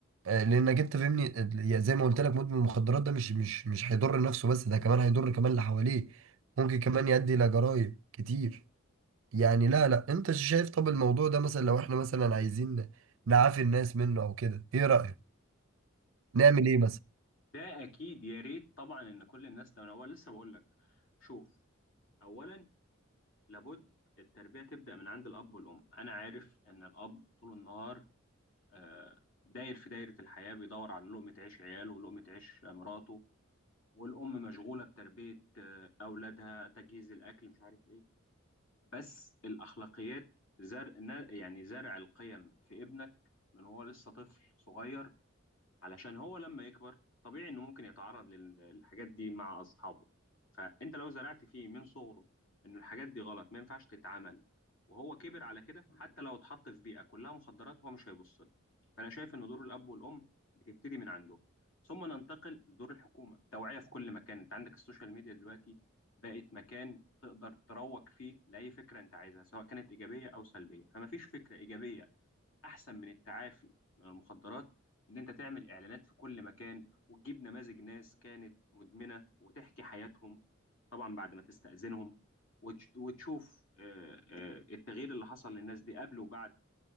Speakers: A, on the right; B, on the left.
A: آه، لانك انت فاهمني ال- زي ما قلت لك مدمن المخدرات ده مش مش مش هيضر نفسه بس ده كمان هيضر كمان اللي حواليه ممكن كمان يؤدي الى جرائم كتير يعني لا لا انت شايف طب الموضوع ده مثلا لو احنا مثلا عايزين نعافي الناس منه او كده ايه رأيك نعمل ايه مثلا
B: ده اكيد يا ريت طبعا ان كل الناس تنوع لسه بقول لك شوف اولا لابد التربيه تبدا من عند الاب والام انا عارف ان الاب طول النهار آه، داير في دايره الحياه بيدور على لقمه عيش عياله ولقمه عيش آه، مراته والام مشغوله بتربيه آه، اولادها تجهيز الاكل مش عارف ايه بس الاخلاقيات زرع يعني زرع القيم في ابنك من هو لسه طفل صغير علشان هو لما يكبر طبيعي انه ممكن يتعرض لل- للحاجات دي مع اصحابه فانت لو زرعت فيه من صغره انه الحاجات دي غلط ما ينفعش تتعمل وهو كبر على كده حتى لو اتحط في بيئة كلها مخدرات هو مش هيبص لها فانا شايف ان دور الاب والام بتبتدي من عندهم ثم ننتقل لدور الحكومة توعية في كل مكان انت عندك السوشيال ميديا دلوقتي بقت مكان تقدر تروج فيه لأي فكرة انت عايزها سواء كانت إيجابية أو سلبية فما فيش فكرة إيجابية احسن من التعافي من المخدرات ان انت تعمل اعلانات في كل مكان وتجيب نماذج ناس كانت مدمنة وتحكي حياتهم طبعا بعد ما تستأذنهم وتش- وتشوف آه، آه، التغيير اللي حصل للناس دي قبل وبعد